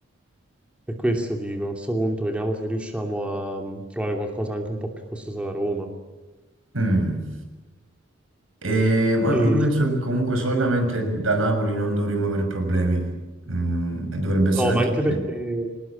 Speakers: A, in the centre; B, on the right.
A: per questo dico, a questo punto vediamo se riusciamo a mm, trovare qualcosa anche un po' più costoso da Roma.
B: Mm. E, ma
A: E,
B: io penso che comunque solitamente da Napoli non dovremmo avere problemi, Mm, e dovrebbe essere
A: no, ma
B: anche...
A: anche perché